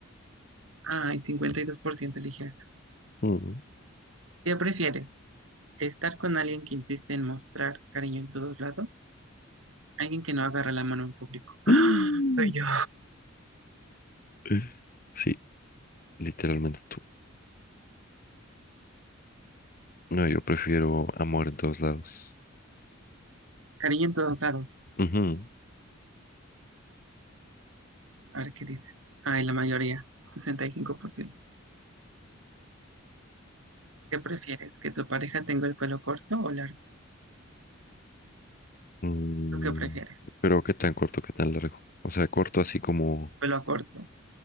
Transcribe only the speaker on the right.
Ay, 52% eligió eso.
¿Qué prefieres? ¿Estar con alguien que insiste en mostrar cariño en todos lados? Alguien que no agarra la mano en público.
Soy yo.
Cariño en todos lados.
A ver qué dice. Ay, la mayoría. sesenta y cinco por ciento ¿Qué prefieres? ¿Que tu pareja tenga el pelo corto o largo?
¿Lo que prefieres?
Pelo corto.